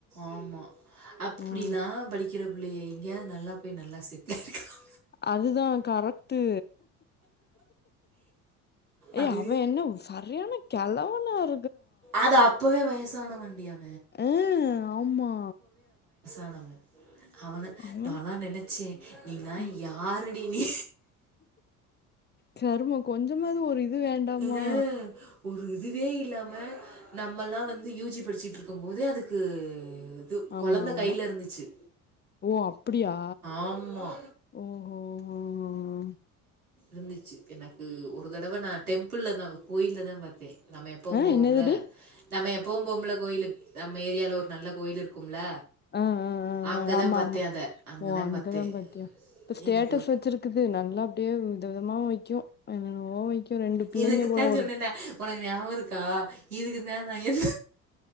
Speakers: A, on the right; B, on the left.
A: ஆமா அப்டிலா
B: ம்
A: படிக்கிற பிள்ளைய எங்கயா நா ல்லா போய் நல்லா செட்டில் ஆய் இருக்கலா
B: அதுதா கரெக்டு
A: அது
B: ஏய் அவ என்ன சரியான கெலவனா இ
A: அது அப்பவே வயசு சானவண்டி அவ்
B: ஆ ஆமா
A: ஆனவ அவன
B: அவனா
A: நால்லா நெனச்சே நீ நா
B: ம்
A: யாரு டி நீ
B: கருமோ கொஞ்சமாவது ஒரு இது வேண்டாமா
A: ஆ ஒரு இதுவே இல்லாம நம்மலா வந்து யூஜி படிச்சுட்டுருக்கும் போது அதுக்கு இது
B: ஆமா
A: குழந்த
B: ஆமா
A: கையில இருந்துச்சு
B: ஓ அப்டியா
A: ஆமா.
B: ஓஹோ ஓ ஓ
A: வந்து எனக்கு ஒரு தடவை நா டெம்பிள் தா கோயில் தா பாத்தே நம்ம எப்பவு
B: ஆ
A: போவோம்ல
B: என்னதுடி
A: நம்ம இப்பவு போம்புல கோயிலு நம்ம ஏரியால ஒரு நல்ல கோயிலு இருக்கும்ல
B: ஆ ஆ ஆ
A: அங்கதா
B: ஆ. ஆமா
A: பாத்தே
B: ஆமா
A: அத அங்கதா
B: ஓ அங்கதான்
A: பாத்தே
B: பாத்தியா இப்ப ஸ்டேட்டஸ்
A: எனக்கு
B: வச்சிருக்குது நல்லா அப்டியே வித விதமா வைக்கு என்னென்னோ <unintelligible> ரெண்டு பிள்ளைங்க
A: இதுக்குத்தா
B: போல ஒரு
A: சொன்னேனே உனக்கு ஞாபம் இருக்கா இதுக்குதான் நான் எ